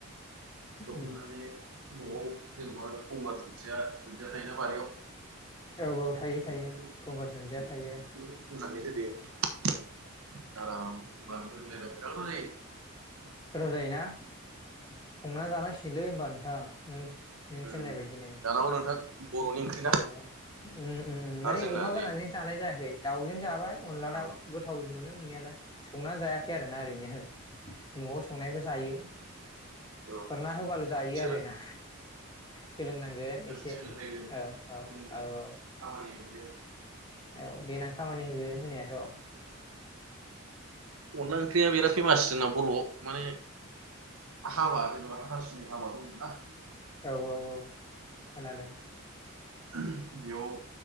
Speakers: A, on the left; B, on the right.
A: उम
B: जबहोनानै न'आव जेनेबा गंगार दुन्दिया थायोना बारियाव
A: औ औ थायो
B: बेफोरखौ
A: थायो गंगार दुन्दिया थायो।
B: बेफोरखौ होनानै आराम होनबा बिराथ गोथाव जायो।
A: गोथाव जायोना संना जानांसिगोनलै होमबा नोंथां नों नों
B: जायो
A: थिन्नाय
B: उम
A: बायदिनो।
B: दानांगौ नोंथां बर'नि ओंख्रि
A: औ
B: ना
A: उम उम माने
B: आरो जोंना
A: अमा गोरानजों
B: नै
A: जानाय जायाखै। दाउजों जाबाय अनला
B: अ
A: दाव गोथाव मोनो मोननायालाय संनानै जायाखै आरोना ओरैनो न'आव संनायखौ जायो।
B: अ
A: फोरना होबाल' जायो
B: सोलों
A: आरो ना। सोलोंनांगोन एसे
B: सोलोंनाय दोङो
A: औ औ
B: सोलोंदो
A: औ औ।
B: खामानि मोनदों
A: औ देनां खामानि होगोन होननायाथ'।
B: अनला ओंख्रिया बिराद फेमास जोंना बर'आव माने
A: आ।
B: हाबा जेन'बा हाथासुनि हाबा दं नना।
A: औ औ औ खोनादों।
B: बेयाव